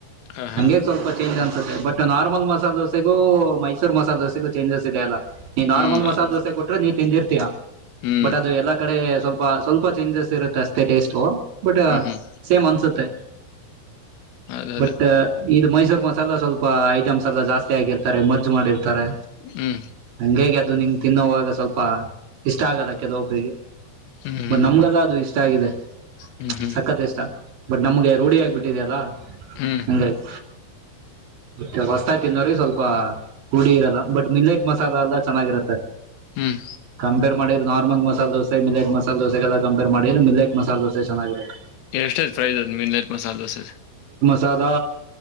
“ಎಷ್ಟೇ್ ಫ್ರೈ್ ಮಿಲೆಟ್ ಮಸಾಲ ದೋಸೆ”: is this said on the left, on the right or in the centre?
Left